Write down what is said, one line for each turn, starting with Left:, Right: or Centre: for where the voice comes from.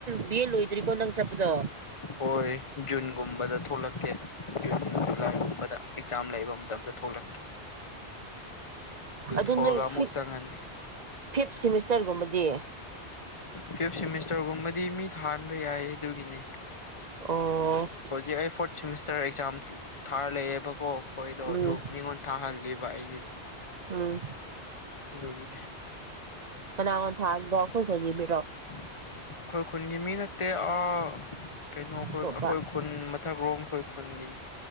Right: ꯕꯤꯑꯦ ꯂꯣꯏꯗ꯭ꯔꯤꯀꯣ ꯅꯪ ꯆꯠꯄꯗꯣ
Left: ꯍꯣꯏ ꯖꯨꯟꯒꯨꯝꯕꯗ ꯊꯣꯛꯂꯛꯀꯦ ꯖꯨꯟ ꯖꯨꯂꯥꯏ ꯒꯨꯝꯕꯗ ꯌꯥꯝ ꯂꯩꯕ ꯃꯇꯝꯗ ꯊꯣꯛꯂꯛꯀꯦ
Right: ꯑꯗꯨ
Left: ꯊꯣꯛꯑꯒ
Right: ꯅꯣꯏ
Left: ꯑꯃꯨꯛ
Right: ꯐꯤꯞ
Left: ꯆꯪꯉꯅꯤ
Right: ꯐꯤꯞ ꯁꯦꯝꯃꯤꯁꯇꯔꯒꯨꯝꯕꯗꯤ
Left: ꯐꯤꯞ ꯁꯦꯝꯃꯤꯁꯇꯔꯒꯨꯝꯕꯗꯤ ꯃꯤ ꯊꯥꯍꯟꯕ ꯌꯥꯏ ꯑꯗꯨꯒꯤꯅꯤ
Right: ꯑꯣ
Left: ꯍꯧꯖꯤꯛ ꯑꯩ ꯐꯣꯔꯠ ꯁꯦꯝꯃꯤꯁꯇꯔ ꯑꯦꯛꯖꯥꯝ ꯊꯥꯔ ꯂꯩꯌꯦꯕ ꯀꯣ ꯈꯣꯏꯗꯣ
Right: ꯎꯝ
Left: ꯑꯗꯨ ꯃꯤꯉꯣꯟ ꯊꯥꯍꯜꯂꯤꯕ ꯑꯩꯒꯤ
Right: ꯎꯝ
Left: ꯑꯗꯨꯒꯤ
Right: ꯀꯅꯥꯅ ꯊꯥꯍꯟꯕ ꯑꯈꯣꯏ ꯈꯨꯜꯒꯤ ꯃꯤꯔꯣ
Left: ꯑꯩꯈꯣꯏ ꯈꯨꯟꯒꯤ ꯃꯤ ꯅꯠꯇꯦ ꯑ ꯀꯩꯅꯣ ꯈꯣꯏ
Right: ꯑꯇꯣꯞꯄ
Left: ꯑꯩꯈꯣꯏ ꯈꯨꯟ ꯃꯊꯛ ꯔꯣꯝ ꯑꯩꯈꯣꯏ ꯈꯨꯟꯒꯤꯅꯤ